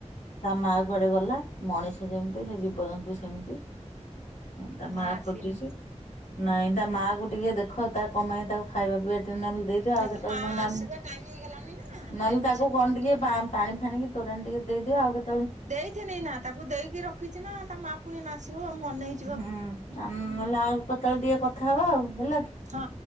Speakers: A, on the left; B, on the right.
A: ତା ମା କୁଆଡେ ଗଲା। ମଣିଷ ଯେମ୍ତି ସେ ଜୀବଜନ୍ତୁ ସେମିତି। ତା
B: ତୋ
A: ମା
B: ଆସିନି
A: ଖୋଜୁଛି
B: ହୁଁ
A: ନାଇଁ ତା ମାକୁ ଟିକେ ଦେ ଆଖ ତା କମାଇ ତାକୁ ଖାଇବା ପିବା ଟିକେ <unintelligible> ଦେଇଦିଅ
B: ନା
A: ଆଉ
B: ତୋ
A: କେତେବେଳେ
B: ମା
A: ନହେଲେ
B: ଆସିବା
A: <unintelligible>
B: ଟାଇମ ହେଇଗଲାଣି। ନା
A: ନହେଲେ
B: ସେଇପାଇଁ
A: ତାକୁ
B: ସେ ଭୋକଉଛି।
A: କଣ ଟିକେ ପା ପାଣି ଫାଣିକି ତୋରାଣି ଟିକେ ଦେଇଦିଅ ଆଉ କେତ୍
B: ଦେଇଥିନି ନା ତାକୁ ଦେଇକି ରଖିଚି ନା ତା ମା ପୁଣି ଏଇନା ଆସିବ ମୁଁ ଅନେଇ
A: ହୁଁ ଆ ନହେଲେ ଆଉକୁ କେତେବେଳେ ଟିକେ କଥା ହୋ ହେଲା କି।
B: ହଁ